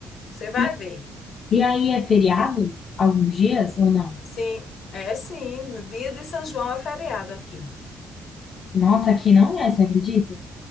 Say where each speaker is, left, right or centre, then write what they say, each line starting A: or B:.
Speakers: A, on the left; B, on the left.
A: Você vai
B: E,
A: ver.
B: e aí é feriado? Alguns dias ou não?
A: Sim, é sim. No dia de São João é feriado aqui.
B: Nossa, aqui não é, você acredita?